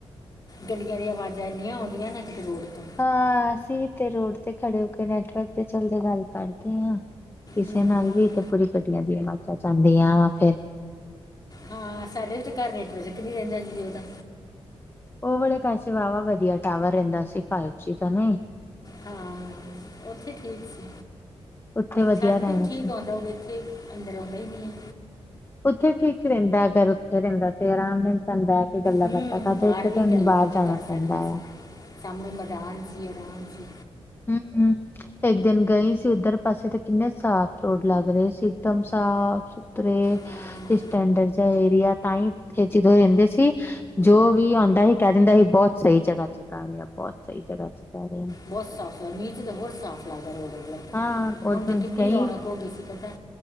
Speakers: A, on the left; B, on the left.
A: ਗੱਡੀਆਂ ਦੀਆਂ ਆਵਾਜ਼ਾਂ ਇੰਨੀਆਂ ਆਉਂਦੀਆਂ ਨਾ, ਕਿਤੇ ਰੋਡ ਤੋਂ
B: ਹਾਂ ਅਸੀਂ ਵੀ ਤੇ ਰੋਡ ਤੇ ਖੜੇ ਕੇ ਨੈਟਵਰਕ ਤੇ ਚਲਦੇ ਗੱਲ ਕਰਦੇ ਆਂ। ਕਿਸੇ
A: ਹਮ,
B: ਨਾਲ ਵੀ ਤੇ ਪੂਰੀ ਪਟੀਆਂ ਦੀਆਂ ਆਵਾਜ਼ਾ ਜਾਂਦੀਆ ਵਾ ਫੇਰ
A: ਹਾਂ ਸਾਡੇ ਵੀ ਤੇ ਘਰ ਨੈਟਵਰਕ ਨਹੀਂ ਰਹਿੰਦਾ ਜੀਓ ਦਾ
B: ਉਹ ਵਾਲੇ ਕੈਸੇ ਵਾਹਵਾ ਵਧੀਆ ਟਾਵਰ ਰਹਿੰਦਾ ਸੀ, ਫਾਈਵ ਜੀ ਤਾਂ ਨਹੀਂ
A: ਹਾਂ। ਉੱਥੇ ਠੀਕ ਸੀ,
B: ਉੱਥੇ ਵਧੀਆ
A: ਛੱਤ ਤੇ
B: ਰਹਿਣਾ
A: ਵੀ ਠੀਕ
B: ਸੀ
A: ਆਉਂਦਾ ਓ ਇੱਥੇ ਅੰਦਰ ਆਉਂਦਾ ਹੀ ਨਹੀਂ ਹੈ।
B: ਉੱਥੇ ਠੀਕ ਰਹਿੰਦਾ, ਅਗਰ ਉੱਥੇ ਰਹਿੰਦਾ ਤੇ ਆਰਾਮ ਮਿਲ ਜਾਂਦਾ। ਇੱਥੇ ਗੱਲਾਂ
A: ਹੂੰ
B: ਬਾਤਾਂ ਕਰਦੇ,
A: ਬਾਹਰ
B: ਇੱਥੇ
A: ਵੀ
B: ਤੇ
A: ਗੱਲਾਂ
B: ਬਾਹਰ
A: ਬਹਿ
B: ਜਾਣਾ
A: ਕੇ ਕਰ
B: ਪੈਂਦਾ
A: ਸਕਦੇ ਸੀ
B: ਆ।
A: ਸਾਹਮਣੇ ਮਰਦਾਨ ਸੀ, ਆਰਾਮ ਸੀ।
B: ਹੂ ਹੂ ਇੱਕ ਦਿਨ ਗਏ ਸੀ ਉੱਧਰ ਪਾਸੇ ਤੇ ਕਿੰਨੇ ਸਾਫ਼ ਰੋਡ ਲੱਗ ਰਹੇ ਸੀ ਇਕਦਮ ਸਾਫ ਉਤਰੇ,
A: ਹਾਂ
B: ਇਹ ਸਟੈਂਡਡ ਜਿਹਾ ਏਰੀਆ, ਤਾਂਹੀ ਉੱਥੇ, ਜੇੜੇ ਰਹਿੰਦੇ ਸੀ, ਜੋ ਵੀ ਆਉਂਦਾ ਸੀ ਕਹਿ ਦਿੰਦਾ ਸੀ ਬਹੁਤ ਸਹੀ ਜਗ੍ਹਾ ਚਗਾਹੇ ਮੈਂ ਬੋਤ ਸਈ ਜਗ੍ਹਾ 'ਚ ਰੈ ਰਈ ਆਂ।
A: ਬੋਤ ਸਾਫ਼ ਆ ਮੀਂ 'ਚ ਹੋਰ ਸਾਫ਼ ਲੱਗ ਦਾ ਰੋਡ ਏ ਵਲਾ,
B: ਹਾਂ ਉਸ
A: ਹੁਣ ਤੇ
B: ਦਿਨ
A: ਕਿੰਨੀ
B: ਗਈ
A: ਰੌਣਕ ਹੋ ਗੀ ਸੀ ਪਤਾ।